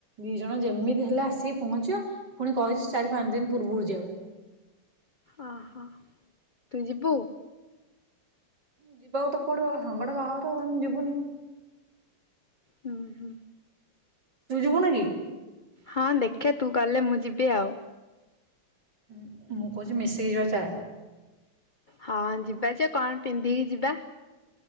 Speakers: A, on the right; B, on the left.
A: ଦି ଜଣ ଯେମିତି ହେଲେ ଆସିକି ପହଞ୍ଚିବ। ପୁଣି କହିଛି ଚାରି ପାଞ୍ଚ ଦିନ ପୂର୍ବରୁ ଯିଆକୁ।
B: ଅହୋ ତୁ ଯିବୁ?
A: ଯିବାକୁ ତ ପଡିବ। ସାଙ୍ଗଟା ବାହାଘର ଯିବୁନି।
B: ହୁଁ ହୁଁ।
A: ତୁ ଯିବୁନ କି?
B: ହଁ ଦେଖିବା ତୁ ଗଲେ ମୁଁ ଯିବି ଆଉ।
A: ହଁ ମୁଁ କହୁଛି ମିଶିକି ଯିବ ଚା।
B: ହଁ ଯିବା ଯେ କଣ ପିନ୍ଧିକି ଯିବା।